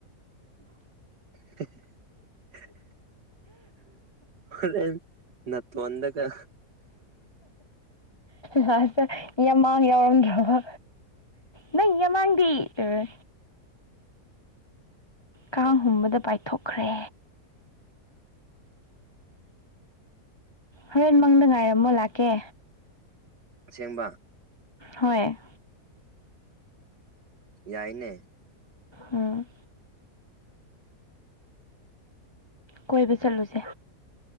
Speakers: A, on the right (about 85°); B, on the left (about 25°).
A: <unintelligible> ꯍꯣꯔꯦꯟ ꯅꯇꯣꯟꯗꯒ
B: ꯂꯥꯁꯇ ꯌꯥꯝꯃꯥꯡ ꯌꯥꯎꯔꯝꯗ꯭ꯔꯕ ꯅꯪ ꯌꯥꯝꯃꯥꯡꯗꯤ ꯇꯧꯔꯦ ꯀꯥꯡ ꯍꯨꯝꯕꯗ ꯄꯥꯏꯊꯣꯛꯈ꯭ꯔꯦ ꯍꯣꯔꯦꯟ ꯃꯪꯗ ꯉꯥꯏꯔꯝꯃꯣ ꯂꯥꯛꯀꯦ
A: ꯑꯁꯦꯡꯕ
B: ꯍꯣꯏ
A: ꯌꯥꯏꯅꯦ
B: ꯎꯝ ꯀꯣꯏꯕ ꯆꯠꯂꯨꯁꯦ